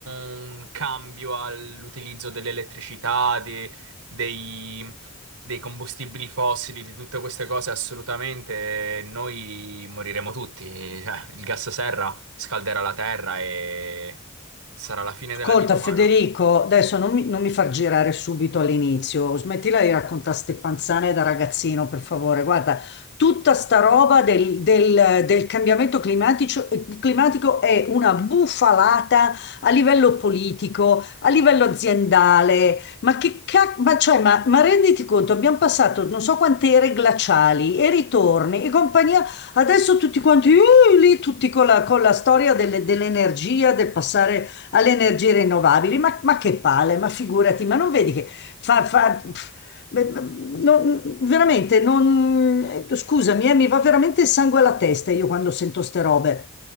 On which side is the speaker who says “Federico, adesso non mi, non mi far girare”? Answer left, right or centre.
Left